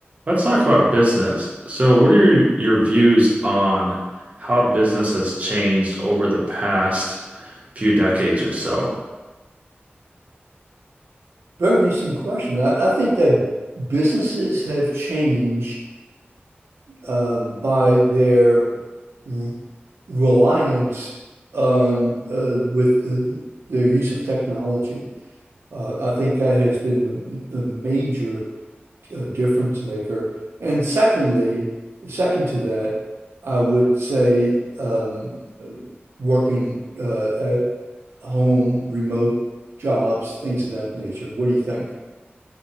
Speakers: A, on the right; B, on the right.
A: Let's talk about business. So, what are your, your views on how business has changed over the past few decades or so?
B: Very interesting question. I, I think that businesses have changed um, by their r- reliance on uh, with uh, their use of technology. Uh, I think that has been the, the major uh, difference maker. And secondly, second to that, I would say um, working uh, at home, remote jobs, things of that nature. What do you think?